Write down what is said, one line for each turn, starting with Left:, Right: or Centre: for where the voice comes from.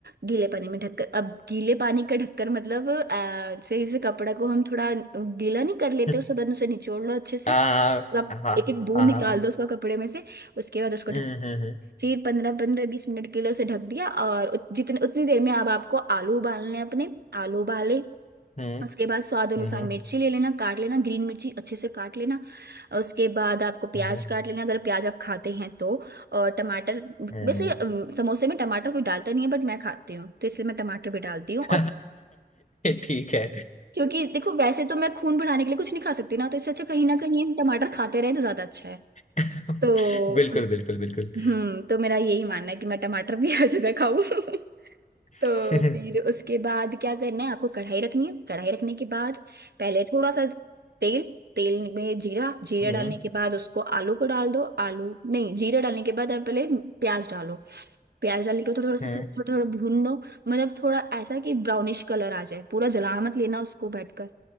Right: गीले पानी में ढककर अब गीले पानी का ढककर मतलब अ, सही से कपड़ा को हम थोड़ा गीला नहीं कर लेते
Left: <laughs>
Right: उसके बाद उसे निचोड़ लो अच्छे से
Left: हाँ
Right: और आप
Left: हाँ हाँ
Right: एक एक बूंद
Left: हाँ
Right: निकाल
Left: हाँ
Right: दो उसका कपड़े में से उसके बाद उसको
Left: हम्म
Right: ढक
Left: हम्म
Right: फिर पंद्रह पंद्रह बीस मिनट के लिए उसे ढक दिया और उत- जितने उतनी देर में अब आपको आलू उबालने हैं अपने आलू उबाले
Left: हम्म
Right: उसके बाद स्वाद अनुसार
Left: हम्म हम्म हम्म
Right: मिर्ची ले लेना काट लेना ग्रीन मिर्ची अच्छे से काट लेना उसके बाद आपको प्याज
Left: हम्म,
Right: काट लेना अगर प्याज आप खाते हैं तो और टमाटर
Left: हम्म।
Right: वैसे अम, समोसे में टमाटर कोई डालता नहीं है बट मैं खाती हूँ तो इसलिए मैं टमाटर भी डालती हूँ
Left: <laughs>
Right: और
Left: ठीक है
Right: क्योंकि देखो वैसे तो मैं खून बढ़ाने के लिए कुछ नहीं खा सकती ना तो इससे अच्छा कहीं ना कहीं हम टमाटर खाते रहे तो ज्यादा अच्छा है
Left: <laughs>
Right: तो
Left: बिल्कुल बिल्कुल बिल्कुल
Right: हम्म तो मेरा यही मानना है कि मैं टमाटर भी <laughs> हर जगह खाऊं <laughs> तो
Left: <laughs> हम्म
Right: फिर उसके बाद क्या करना है आपको कढ़ाई रखनी है कढ़ाई रखने के बाद पहले थोड़ा सा तेल तेल में जीरा जीरा
Left: हम्म
Right: डालने के बाद उसको आलू को डाल दो आलू नहीं जीरा डालने के बाद आप पहले प्याज डालो प्याज डालने के बाद थोड़ा सा
Left: हम्म
Right: थोड़ा थोड़ा भून लो मतलब थोड़ा ऐसा कि ब्राउनिश कलर आ जाए पूरा जला मत लेना उसको बैठकर